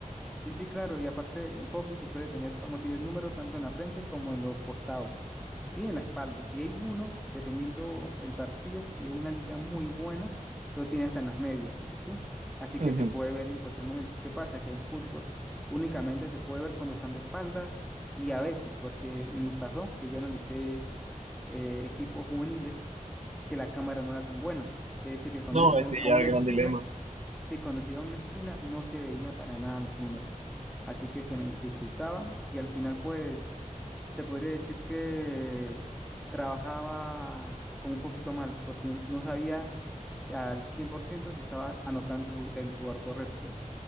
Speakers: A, in the centre; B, on the right (about 55°).
A: Sí, sí, claro. Y aparte en hockey se suele tener, vamos a decir, el número tanto en la frente como en los costados. y en la espalda. Y hay unos, dependiendo el partido, si es una liga muy buena, lo tiene hasta en las medias, ¿sí? Así
B: Ujú,
A: que se puede ver en cualquier momento. ¿Qué pasa? Que en fútbol únicamente se puede ver cuando están de espaldas y a veces, porque me pasó que yo analicé eh, equipos juveniles que la cámara no era tan buena. Es decir, que cuando
B: No,
A: ellos iban
B: ese
A: a
B: ya
A: una
B: el gran
A: esquina,
B: dilema.
A: sí, cuando se iba a una esquina no se veía para nada los números. Así que se me dificultaba y al final pues se podría decir que trabajaba como un poquito mal, porque no no sabía si al 100% si estaba anotando ju- el jugador correcto.